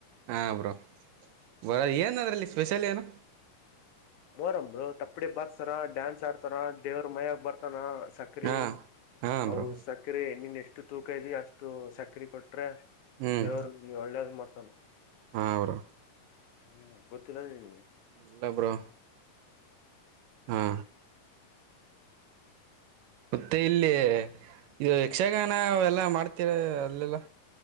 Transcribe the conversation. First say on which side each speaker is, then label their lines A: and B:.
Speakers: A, on the right (about 80°); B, on the left (about 70°).
A: ಹಾ, ಬ್ರೋ, ಬ, ಏನ್ ಅದ್ರಲ್ಲಿ ಸ್ಪೆಷಲ್ ಏನು? <inaudible>
B: ಮೋರಮರು, ತಪ್ಪಡಿ ಬತ್ಸಾರ ಡ್ಯಾನ್ಸ್ ಆಡ್ತಾರ ದೇವ್ರ ಮಯಾಗ ಬರುತ್ತಾನೆ, ಸಕ್ರಿ,
A: ಹಾ ಹಾ
B: ಅವು
A: ಬ್ರೋ
B: ಸಕ್ರಿ, ನಿನ್ ಎಷ್ಟು ತೂಕ ಇದವಿ, ಅಷ್ಟು ಸಕ್ರಿ ಕೊಟ್ರೆ
A: ಹ್ಮ್
B: ದೇವ್ರ. <inaudible> ಮಾಡ್ತಾನ
A: ಹಾ ಅವರ
B: ಹ್ಮ್ ಗೊತ್ತಿಲ್ಲ ನೀನಗೆ.
A: ಇಲ್ಲ ಬ್ರೋ ಹಾ. ಮತ್ತೆ ಇಲ್ಲಿ ಇದು ಯಕ್ಷಗಾನ ಎಲ್ಲ ಮಾಡ್ತೀರ ಅಲ್ಲೆಲ್ಲ